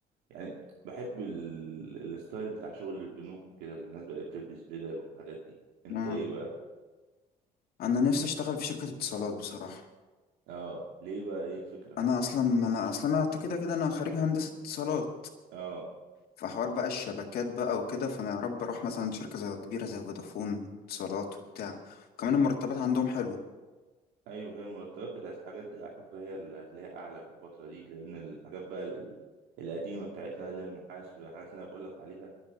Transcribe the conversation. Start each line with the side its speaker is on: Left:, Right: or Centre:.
Right: يعني بحب ال... الستايل بتاع شغل البنوك وكده اللي الناس بقى بتلبس بدل والحاجات دي انت
Left: ما
Right: ايه بقى
Left: انا نفسي اشتغل في شركة اتصالات بصراحة
Right: اه ليه بقى ايه الفكرة في
Left: انا اصلا انا اصلا انا كده كده انا خريج هندسة اتصالات
Right: اه
Left: فحوار بقى الشبكات بقى وكده فانا يا رب اروح مثلا شركة زي كبيرة زي فودافون اتصالات وبتاع كمان المرتبات عندهم حلوة
Right: ايوه هي المرتبات بتاعت الحاجات دي على فكرة هي اللي هتلاقيها اعلى في الفترة دي لان الحاجات بقى ال- القديمة بتاعتنا اللي هي المحاسب والحاجات اللي انا بقول لك عليها